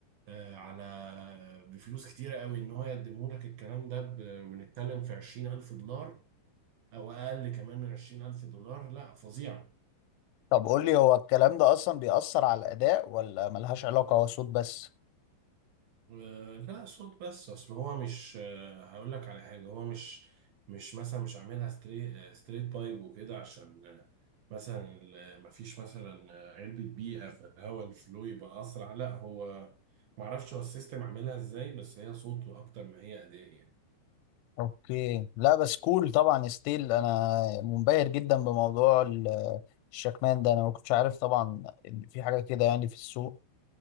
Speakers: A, on the right; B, on the left.
A: آه، على بفلوس كتيرة قوي ان هو يقدمه لك الكلام ده ب- بنتكلم في 20000 دولار او اقل كمان من 20000 دولار لا فظيعة
B: طب قول لي هو الكلام ده اصلا بيأثر على الاداء ولا ملهاش علاقة هو صوت بس؟
A: آه، لا صوت بس اصل هو مش آه، هقول لك على حاجه هو مش مش مثلا مش عاملها ستريت ستريت بايب وكده عشان آه، مثلا ال- مفيش مثلا آه، علبه بيئه فالهواء الفلو يبقى اسرع لا هو معرفش هو السيستم عاملها ازاي بس هي صوت اكتر ما هي اداء يعني
B: اوكي لا بس كول طبعا ستيل انا منبهر جدا بموضوع ال- الشكمان ده انا ما كنتش عارف طبعا ان في حاجة كده يعني في السوق